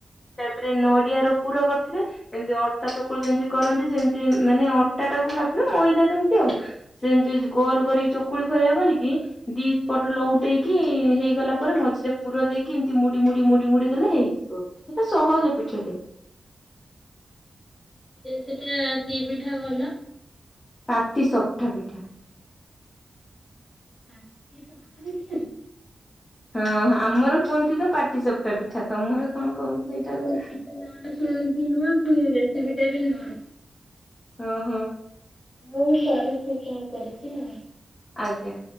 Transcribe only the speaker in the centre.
ସେଟା କି ପିଠା କହିଲ?
<unintelligible>
ନୂଆ
ସେ ରେସିପିଟା ବି ନୂଆ।
ମୁଁ କରି ସେ କଣ କରିଛି ଆଉ।